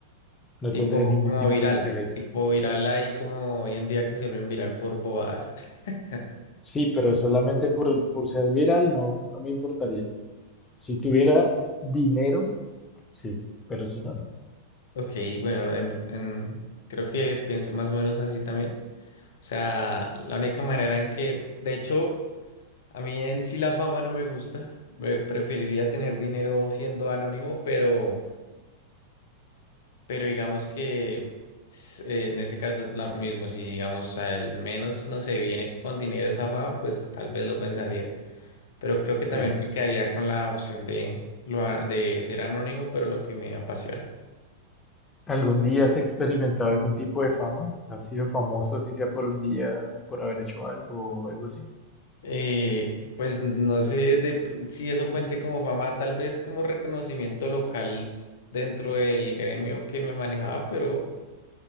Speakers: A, on the left; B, on the left.
A: no
B: Tipo
A: tendría
B: como
A: ningún tipo
B: viral.
A: de interés.
B: Tipo viral ahí como hoy en día que se lo viral por bobadas. <laughs>
A: Sí, pero solamente por, por ser viral no, no me importaría. Si tuviera dinero, sí, pero si no,
B: Ok, bueno, en- en- creo que pienso más o menos así también. O sea, la única manera en que, de hecho, a mí en sí la fama no me gusta. Me preferiría tener dinero siendo anónimo, pero, pero digamos que s- eh, en ese caso es lo mismo. Si digamos al menos, no sé, viene con dinero esa fama, pues tal vez lo pensaría. Pero creo que también
A: no.
B: me quedaría con la opción de, lo a- de ser anónimo, pero lo que me apasiona.
A: ¿Algún día has experimentado algún tipo de fama? ¿Has sido famoso, si sea por un día, por haber hecho algo o algo así?
B: Eh, pues no sé de- si eso cuente como fama, tal vez como reconocimiento local dentro del gremio que me manejaba, pero,